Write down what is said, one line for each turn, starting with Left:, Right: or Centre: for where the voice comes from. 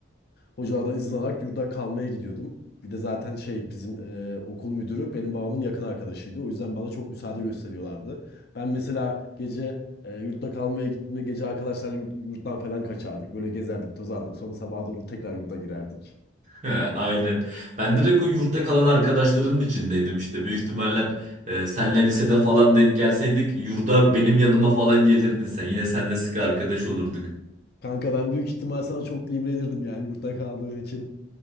Left: Hocalardan izin alarak yurda kalmaya gidiyordum. Bir de zaten şey bizim e, okul müdürü benim babamın yakın arkadaşıydı. O yüzden bana çok müsaade gösteriyorlardı. Ben mesela gece e, yurtta kalmaya gittiğimde gece arkadaşlar yurt, yurttan falan kaçardık. Böyle gezerdik, tozardık. Sonra sabaha doğru tekrar yurda girerdik.
Right: Ha, Aynen. Ben direkt o yurtta kalan arkadaşların içindeydim işte. Büyük ihtimalle e, senle lisede falan denk gelseydik yurda benim yanıma falan gelirdin sen. Yine senle sıkı arkadaş olurduk.
Left: Kanka ben büyük ihtimal sana çok imrenirdim yani yurtta kaldığın için.